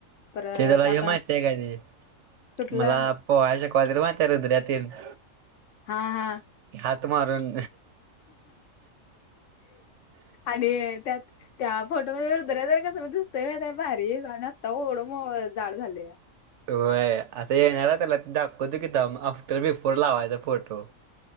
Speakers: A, on the left (about 70°); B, on the right (about 70°).
A: परत
B: ते त्याला हे
A: आपण
B: माहित आहे काय ते <unintelligible>
A: कुठला
B: मला पोहाय शकवा त र म त्या रुद्रातील <inaudible>
A: हा हा,
B: हात मारन
A: आणि त्यात त्या फोटो मध्ये दऱ्याद कसं दिसतय का नाहीय भारी कारण आत्ता ओढ जाड झाले.
B: होय आता <inaudible> दाखो तू किं आफ्टर लावायचा फोट हो